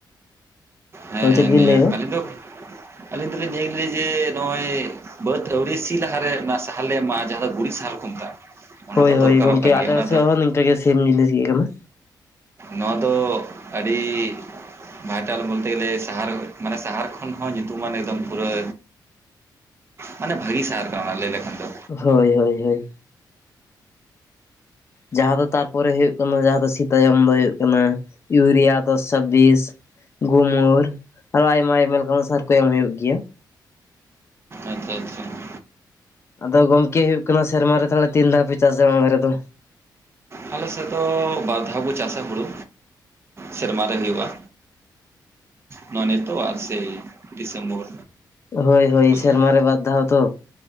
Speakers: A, on the right (about 35°); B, on the left (about 35°).
A: ᱦᱮᱸ, ᱦᱮᱸ,
B: ᱪᱮᱫ ᱵᱤᱱ
A: ᱱᱤᱭᱟ,
B: ᱞᱟᱹᱭ ᱮᱫᱟ
A: ᱟᱹᱞᱤᱧ ᱫᱚ, ᱟᱹᱞᱤᱧ ᱫᱚᱞᱤᱧ <unintelligible> ᱱᱤᱭᱟᱹ ᱜᱮᱭᱟ ᱡᱮ ᱱᱚᱜᱼᱚᱭ ᱵᱟᱹᱫᱽ ᱟᱹᱣᱨᱤ ᱥᱤ ᱞᱟᱦᱟᱨᱮ ᱚᱱᱟ ᱥᱟᱦᱟᱨ ᱞᱮ ᱮᱢᱟᱜ ᱡᱟᱦᱟᱸ ᱫᱚ ᱜᱩᱨᱤᱡ ᱥᱟᱦᱟᱨ ᱠᱚ ᱢᱮᱛᱟᱜᱼᱟ, ᱚᱱᱟ
B: ᱦᱳᱭ,
A: ᱫᱚ
B: ᱦᱳᱭ,
A: ᱫᱚᱨᱠᱟᱨᱚᱜ
B: ᱜᱚᱝᱠᱮ
A: ᱠᱟᱱ ᱜᱮᱭᱟ
B: ᱟᱞᱮ
A: ᱚᱱᱟ
B: ᱥᱮᱫ
A: ᱫᱚ
B: ᱦᱚᱸ ᱱᱤᱝᱠᱟᱹ ᱜᱮ ᱥᱮᱢ ᱡᱤᱱᱤᱥ ᱜᱮᱤᱭᱟᱹ ᱠᱟᱱᱟ,
A: ᱱᱚᱣᱟ ᱫᱚ ᱟᱹᱰᱤ ᱵᱟᱭᱴᱟᱞ ᱵᱚᱞᱛᱮ ᱜᱮᱞᱮ ᱥᱟᱦᱟᱨ ᱢᱟᱱᱮ ᱥᱟᱦᱟᱨ ᱠᱷᱚᱱ ᱦᱚᱸ ᱧᱩᱛᱩᱢᱟᱱ ᱮᱠᱫᱚᱢ ᱯᱩᱨᱟᱹ, ᱢᱟᱱᱮ ᱵᱷᱟᱹᱜᱤ ᱥᱟᱦᱟᱨ ᱠᱟᱱᱟ ᱞᱟᱹᱭ ᱞᱮᱠᱷᱟᱱ ᱫᱚ,
B: ᱦᱳᱭ, ᱦᱳᱭ, ᱦᱳᱭ᱾ ᱡᱟᱦᱟᱸ ᱫᱚ ᱛᱟᱨᱯᱚᱨᱮ ᱦᱩᱭᱩᱜ ᱠᱟᱱᱟ ᱡᱟᱦᱟᱸ ᱫᱚ ᱥᱤᱛᱟᱭᱚᱢ ᱫᱚ ᱦᱩᱭᱩᱜ ᱠᱟᱱᱟ, ᱤᱭᱩᱨᱤᱭᱟ ᱫᱚᱥ ᱪᱷᱟᱵᱤᱥ, ᱜᱷᱩᱢᱩᱨ ᱟᱨᱦᱚ ᱟᱭᱢᱟ ᱟᱭᱢᱟ ᱞᱮᱠᱟᱱ ᱥᱟᱨ ᱠᱚ ᱮᱢ ᱦᱩᱭᱩᱜ ᱜᱮᱭᱟ᱾
A: ᱟᱪᱪᱷᱟ ᱟᱪᱪᱷᱟ᱾
B: ᱟᱫᱚ ᱜᱚᱢᱠᱮ ᱦᱩᱭᱩᱜ ᱠᱟᱱᱟ ᱥᱮᱨᱢᱟ ᱨᱮ ᱛᱟᱦᱚᱞᱮ ᱛᱤᱱ ᱫᱷᱟᱣ ᱯᱮ ᱪᱟᱥᱟ ᱚᱱᱟ ᱫᱷᱟᱨᱮ ᱫᱚ?
A: ᱟᱞᱮ ᱥᱮᱫ ᱫᱚ ᱵᱟᱨ ᱫᱷᱟᱣ ᱵᱚ ᱪᱟᱥᱟ ᱦᱩᱲᱩ ᱥᱮᱨᱢᱟᱨ ᱨᱮ ᱦᱩᱭᱩᱜ-ᱟ᱾ ᱱᱚᱣᱟ ᱱᱤᱛᱚ-ᱟᱜ ᱥᱮ ᱰᱤᱥᱮᱢᱵᱚᱨ?
B: ᱦᱳᱭ ᱦᱳᱭ
A: ᱠᱚᱥᱮᱫ
B: ᱥᱮᱨᱢᱟᱨ ᱨᱮ ᱵᱟᱨ ᱫᱷᱟᱣ ᱛᱚ